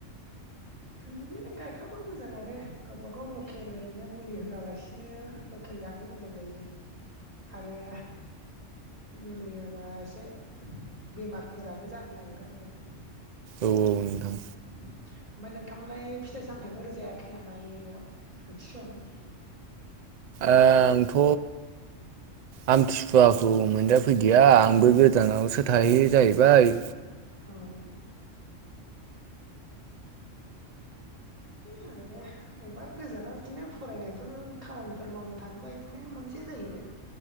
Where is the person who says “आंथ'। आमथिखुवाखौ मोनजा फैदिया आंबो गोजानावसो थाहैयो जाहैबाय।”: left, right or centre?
Right